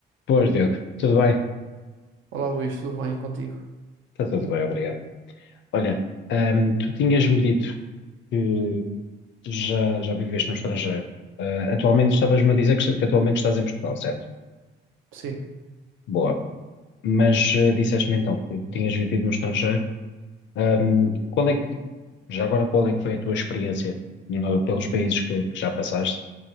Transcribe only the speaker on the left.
Boas, Diogo. Tudo bem?
Está tudo bem, obrigado. Olha, ahm, tu tinhas-me dito que já, já viveste no estrangeiro. Ah, atualmente estavas-me a dizer que, que atualmente estás em Portugal, certo?
Boa. Mas ah, disseste-me então que tinhas vivido no estrangeiro. Ahm, qual é que, já agora, qual é que foi a tua experiência no- pelos países que, que já passaste?